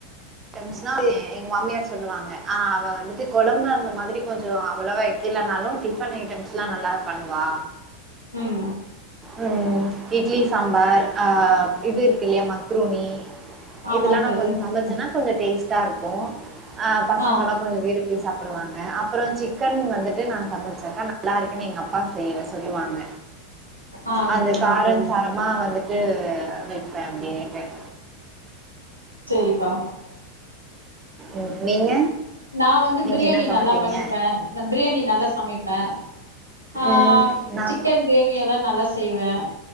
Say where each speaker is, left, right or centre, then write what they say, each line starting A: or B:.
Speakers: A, on the right (about 25°); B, on the right (about 80°).
A: வந்த்ச்சுனா எ எங்க மாமியார் சொல்லுவாங்க ஆ அவ வந்துட்டு கொழம்பு அந்த மாதிரி கொஞ்சோ அவ்ளவா இல்லனாலு டிஃபன் ஐட்டம்ஸ்லா நல்லாவே பண்ணுவா
B: ம்
A: ம் இப் இட்லி சாம்பார் ஆ இது இருக்கு இல்லயா மக்ரூனி
B: ஆமாங்
A: இதுல்லாம் நான்
B: தோழி
A: கொஞ்சம் சமைச்சன்னா
B: ம்
A: கொஞ்சம் டேஸ்ட்டா இருக்கும் ஹா பசங்கல்லாம்
B: ஆ
A: கொஞ்ச வரும்பி சாப்ப சப்பிடுவாங்க அப்புறம் சிக்கன் வந்துட்டு நா சமச்சாக்கா நல்ல இருக்குன்னு எங்க அப்பா செய்ய சொல்லுவாங்க
B: ஆ
A: அந்த
B: சரிங்
A: காரன்
B: தோழி
A: சாரமா வந்துட்டு வேப்பேன் அப்டின்னு <unintelligible>
B: செரிப்பா
A: உம் நீங்க
B: நான் வந்து
A: நீங்க
B: பிரியாணி
A: என்ன சமைப்பீங்க
B: நல்ல பண்ணிப்பேன் பிரியாணி நல்ல சமபேன் ஹா
A: ம் நா
B: சிக்கன் கிரேவியெல்லா நல்ல செய்வேன்